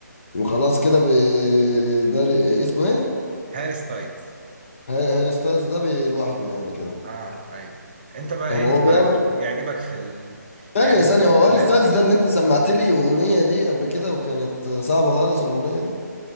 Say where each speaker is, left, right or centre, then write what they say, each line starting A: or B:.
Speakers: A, on the left; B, on the right.
A: وخلاص كده بي ده ري- اسمه ايه؟
B: هاري ستايلز
A: ها- هاري ستايلز ده بي- لوحده يعني كده
B: اه ايوه انت بقى
A: طب
B: ايه
A: هو
B: انت بقى
A: بيعمل
B: مين بيعجبك في ال...
A: ثانية
B: يعني
A: ثانية هو هاري
B: لا،
A: ستايلز ده اللي انت سمعت لي اغنية ليه قبل كده وكانت صعبة خالص الاغنية دي